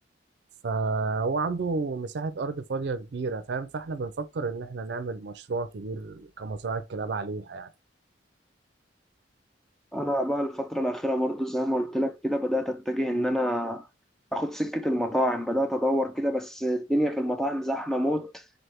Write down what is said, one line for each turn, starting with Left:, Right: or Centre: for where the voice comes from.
Right: فهو عنده مساحة أرض فاضية كبيرة فاهم فاحنا بنفكر إن احنا نعمل مشروع كبير كمزرعة كلاب عليها يعني
Centre: انا بقى الفترة الأخيرة برضو زي ما قلت لك كده بدأت اتجه ان انا اخد سكة المطاعم بدأت ادور كده بس الدنيا في المطاعم زحمة موت